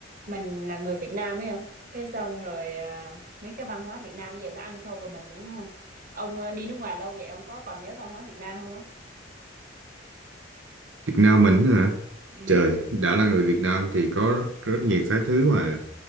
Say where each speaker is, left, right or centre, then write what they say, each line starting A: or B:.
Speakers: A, on the right; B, on the right.
A: mình là người Việt Nam ấy không cái xong rồi à, mấy cái văn hóa Việt Nam giờ nó ăn sâu vào mình đúng không ông à, đi nước ngoài lâu vậy ông có còn nhớ văn hóa Việt Nam không á
B: Việt Nam mình hả?
A: ừ
B: Trời, đã là người Việt Nam thì có rất nhiều cái thứ mà